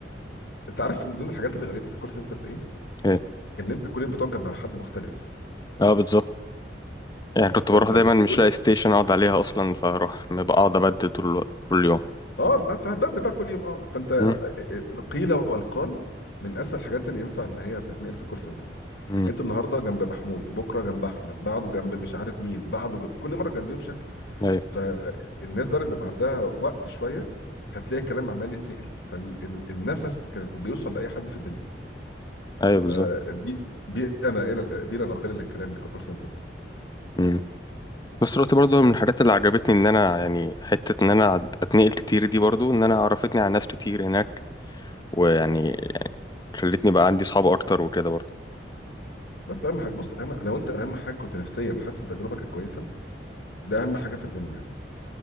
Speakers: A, on the left; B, on the left.
A: انت عارف من ضمن الحاجات الغريبه في الكول سنتر ايه؟
B: ايه
A: ان انت كل يوم بتقعد جنب حد مختلف
B: اه بالظبط يعني كنت
A: فانت
B: بروح دايما مش
A: كل
B: لاقي ستيشن اقعد عليها اصلا فاروح ببقى اقعد ابدل طول الوقت طول اليوم
A: اه ما انت هتبدل بقى كل يوم اه فانت آه،
B: امم
A: آه، القيل والقال من اسهل الحاجات اللي ينفع ان هي تتنقل في كول سنتر
B: امم
A: انت النهارده جنب محمود بكره جنب احمد بعده جنب مش عارف مين بعده جنب... كل مره جنبيهم شكل
B: ايوه
A: فالناس بقى اللي بيبقى عندها وقت شويه هتلاقي الكلام عمال يتنقل فالنفس كان بيوصل لاي حد في الدنيا
B: ايوه
A: فبيئنا
B: بالظبط
A: الى بيئه ناقله للكلام الكول سنتر ده
B: امم بس دلوقتي برضه من الحاجات اللي عجبتني ان انا يعني حته ان انا أد- اتنقل كتير دي برضه ان انا عرفتني على ناس كتير هناك ويعني خلتني بقى عندي صحاب اكتر وكده برضه
A: بس اهم حاجه بص أهم لو انت اهم حاجه كنت نفسيا حاسس ان تجربتك كويسه ده اهم حاجه في الدنيا يعني